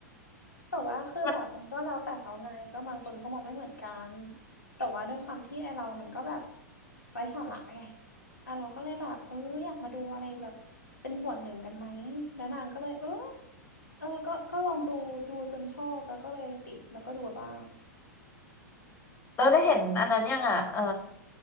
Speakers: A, on the left; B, on the left.
A: แต่ว่าคือแบบมันก็แล้วแต่เขาไงก็บางคนก็มองไม่เหมือนกัน
B: มัน
A: แต่ว่าด้วยความที่ไอเรามันก็แบบไร้สาระไงอ่ะเราก็เลยแบบเอออยากมาดูอะไรแบบเป็นส่วนหนึ่งกันไหมแล้วนางก็เลยเออเออก็ก็ลองดูดูจนชอบแล้วก็เลยติดแล้วก็ดูบ้าง
B: เราได้เห็นอันนั้นยังอ่ะเอ่อ